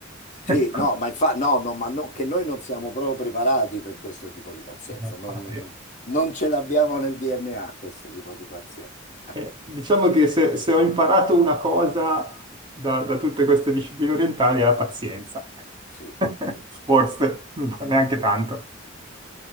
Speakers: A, on the right; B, on the left.
A: <laughs>
B: Sì, no, ma infatti, no, no, ma no, che noi non siamo proprio preparati per questo tipo di pazienza,
A: No,
B: non,
A: infatti.
B: non- non ce l'abbiamo nel DNA questo tipo di pazienza. <laughs> Ah,
A: Eh, diciamo che se, se ho imparato una cosa da, da tutte queste discipline orientali è la pazienza,
B: sì,
A: <laughs>
B: sì, sì,
A: forse,
B: sì,
A: neanche
B: sì,
A: tanto.
B: sì.